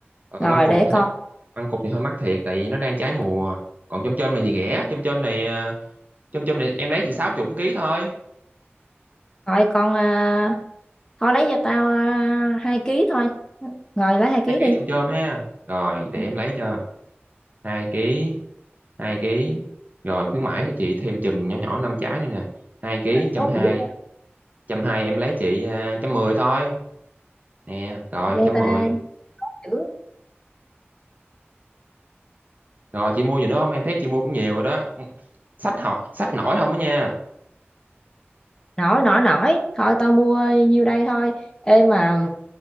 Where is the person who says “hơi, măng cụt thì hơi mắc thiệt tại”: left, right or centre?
Right